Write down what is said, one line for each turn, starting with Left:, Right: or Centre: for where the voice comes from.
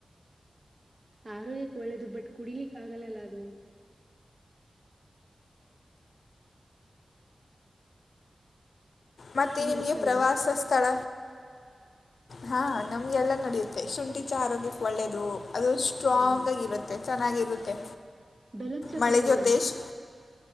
Right: ಆರೋಗ್ಯಕ್ ಒಳ್ಳೇದು ಬಟ್ ಕುಡಿಲಿಕ್ಕ ಆಗಲ್ಲಲ್ಲ ಅದು
Left: ಮತ್ತೆ
Right: ನಿಮ್ಗ್
Left: ನಿಮಗೆ
Right: ಇಷ್ಟನಾ
Left: ಪ್ರವಾಸ ಸ್ಥಳ ಹಾ ನಮ್ಗೆಲ್ಲ ನಡೆಯುತ್ತೆ ಶುಂಠಿ ಚ ಆರೋಗ್ಯಕ್ಕೆ ಒಳ್ಳೇದು ಅದು ಸ್ಟ್ರಾಂಗಾಗಿರುತ್ತೆ
Right: ಹ್ಮ್
Left: ಚೆನ್ನಾಗಿರುತ್ತೆ
Right: ಬೆಲ್ಲದ್ ಚಾ
Left: ಮಳೆ
Right: ಕುಡಿದಿದ್ದೀರಾ
Left: ಜ್ಯೋತಿಷ್